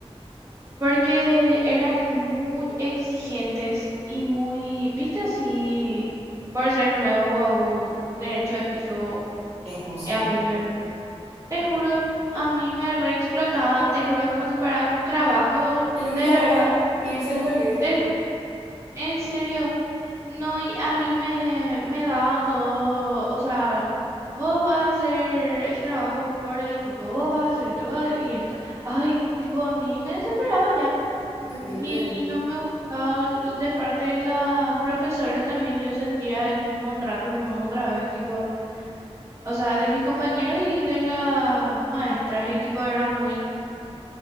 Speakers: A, on the right (about 30°); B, on the right (about 80°).
A: Porque eran muy exigentes y muy, viste así, por ser nuevo wow, derecho de piso wow.
B: Es posible.
A: Y a mí me, te juro, a mí me re te juro, como si fuera un trabajo
B: Que lo
A: de
B: que ya
A: verdad,
B: era
A: un,
B: irse al colegio.
A: te- en serio. No, y a mí me, me daban todo, o sea, vos vas a hacer el trabajo por el equipo, vos vas a hacer esto, vos y esto. Ay, y tipo, a mí me desesperaba ya.
B: Qué terrible.
A: Y no me gustaba l- de parte de las profesoras también, yo sentía el mismo trato nomás otra vez, tipo, o sea, de mis compañeros y de las maestras, y tipo, era muy...